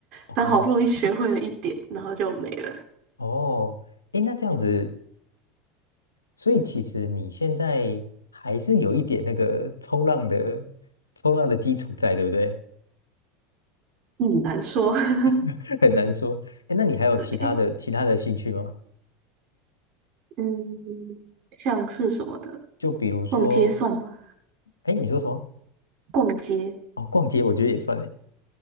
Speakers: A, on the left; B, on the right.
A: 哦
B: 但好不容易学会了一点，然后就没了，
A: 哦，诶，那这样子，所以其实你现在还是有一点那个冲浪的冲浪的基础在，对不对？
B: 嗯，难说。<laughs>
A: <laughs> 很难说。诶，那你还有其他的其他的兴趣吗？
B: 对，嗯，像是什么的。
A: 就比如说，
B: 逛街算吗？
A: 诶，你说什么？
B: 逛街，
A: 哦，逛街，我觉得也算诶。